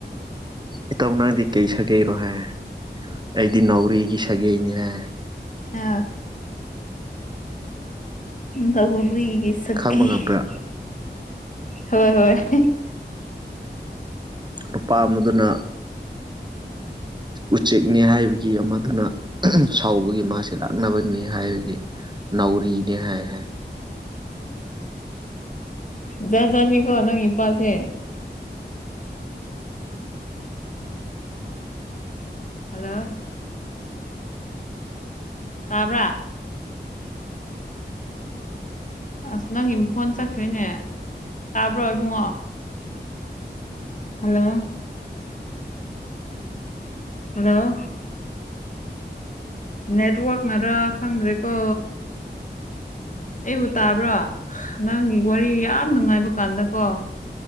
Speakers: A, on the right (about 25°); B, on the left (about 45°).
A: ꯏꯇꯥꯎ ꯅꯪꯗꯤ ꯀꯩ ꯁꯥ ꯀꯩꯔꯣꯍꯥꯏ ꯑꯩꯗꯤ ꯅꯥꯎꯔꯤꯒꯤ ꯁꯥꯒꯩꯅꯤꯍꯦ
B: ꯑ ꯅꯥꯎꯔꯤꯒꯤ ꯁꯒꯩ
A: ꯈꯪꯕ ꯉꯝꯕ꯭ꯔꯥ
B: ꯍꯣꯏ ꯍꯣꯏ
A: ꯅꯨꯨꯄꯥ ꯑꯃꯗꯨꯅ ꯎꯆꯦꯛꯅꯤ ꯍꯥꯏꯕꯒꯤ ꯑꯃꯗꯨꯅ ꯁꯥꯎꯕꯒꯤ ꯃꯥꯁꯦ ꯂꯥꯛꯅꯕꯅꯤ ꯍꯥꯏꯕꯒꯤ ꯅꯥꯎꯔꯤꯅꯤ ꯍꯥꯏ ꯍꯥꯏ
B: ꯖꯥꯠꯖꯥꯠꯅꯤꯀꯣ ꯅꯪ ꯏꯄꯥꯁꯦ ꯍꯜꯂꯣ ꯇꯥꯕ꯭ꯔꯥ ꯑꯁ ꯅꯪꯒꯤ ꯐꯣꯟ ꯆꯠꯈ꯭ꯔꯦꯅꯦ ꯇꯥꯕ꯭ꯔꯣ ꯏꯕꯨꯡꯉꯣ ꯍꯜꯂꯣ ꯍꯜꯂꯣ ꯅꯦꯠꯋꯥꯛꯅꯔ ꯈꯪꯗ꯭ꯔꯦꯀꯣ ꯑꯩꯕꯨ ꯇꯥꯕ꯭ꯔꯣ ꯅꯪꯒꯤ ꯋꯥꯔꯤ ꯌꯥꯝ ꯅꯨꯡꯉꯥꯏꯕ ꯀꯥꯟꯗꯀꯣ